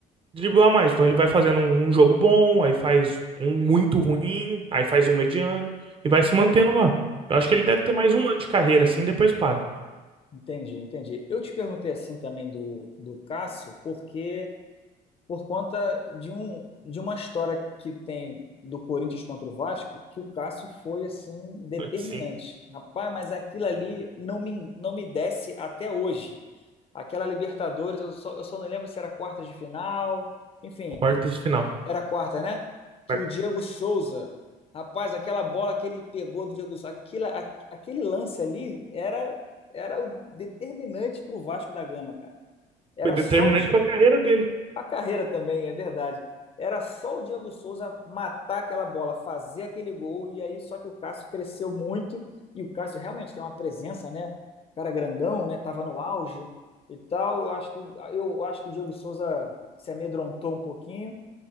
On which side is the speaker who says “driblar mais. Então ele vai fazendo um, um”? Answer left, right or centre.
Right